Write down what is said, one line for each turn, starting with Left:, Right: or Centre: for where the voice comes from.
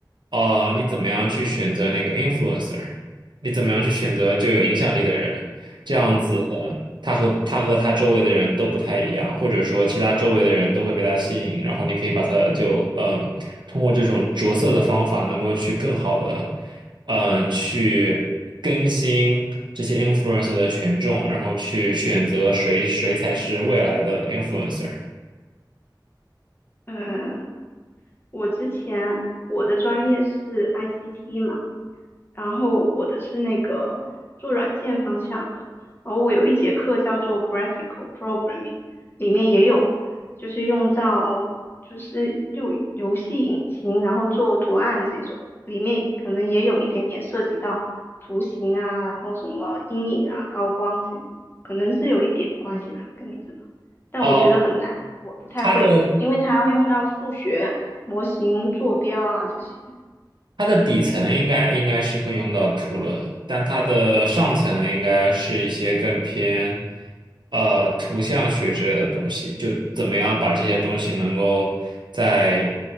Right: 呃，你怎么样去选择那个 influencer，你怎么样去选择就有影响力的人，这样子
Left: 嗯嗯，
Right: 他和他和他周围的人都不太一样，或者说其他周围的人都会被他吸引，然后你可以把他就，嗯、通过这种着色的方法，能够去更好的。嗯、去更新这些 influencer 的权重，然后去选择谁谁才是未来的 influencer。
Left: 呃，我之前我的专业是 ICT 嘛。然后我的是那个做软件方向的，然后我有一节课叫做 Graphical Programming，里面也有就是用到就是就游戏引擎，然后做图案这种，里面可能也有一点点涉及到图形啊，然后什么阴影啊、高光这种，可能是有一点关系吧，跟你这个，但我觉得很难，
Right: 哦，
Left: 我不太会，
Right: 它的
Left: 因为它要用到数学模型、坐标啊这些。
Right: 它的底层应该应该是会用到图论，但它的上层应该是一些更偏呃图像学之类的东西，就怎么样把这些东西能够在